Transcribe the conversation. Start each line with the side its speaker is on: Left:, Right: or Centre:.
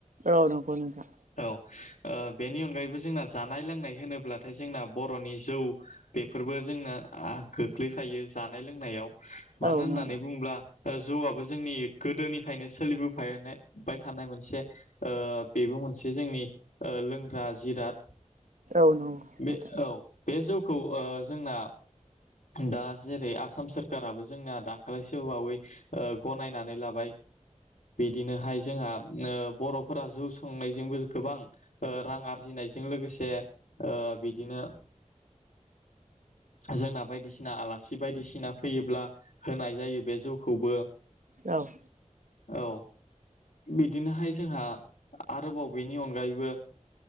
Right: औ नंगौ नोंथां
Left: औ आ बेनि अनगायैबो जोंना जानाय लोंनाय होनोब्लाथाय जोंना बर'नि जौ बेफोरबो जोंनो आ गोग्लैफायो जानाय लोंनायाव मानो
Right: औ
Left: होननानै
Right: नंगौ
Left: बुङोब्ला ओ जौआबो जोंनि गोदोनिफ्रायनो सोलिबोफायनाबाय थानाय मोनसे ओ बेबो मोनसे जोंनि ओ लोंग्रा जिराद
Right: औ नंगौ नोंथां
Left: बे औ बे जौखौ ओ जोंना दा जेरै आसाम सोरखाराबो जोंना दाखालैसो बावै ओ गनायनानै लाबाय बिदिनोहाय जोंहा ओ बर'फोरा जौ सोंनायजोंबो गोबां ओ रां आरजिनायजों लोगोसे ओ बिदिनो जोंना बायदिसिना आलासि बायदिसिना फैयोब्ला। होनाय जायो बे जौखौबो।
Right: औ।
Left: औ बिदिनोहाय जोंहा आरोबाव बेनि अनगायै। बो।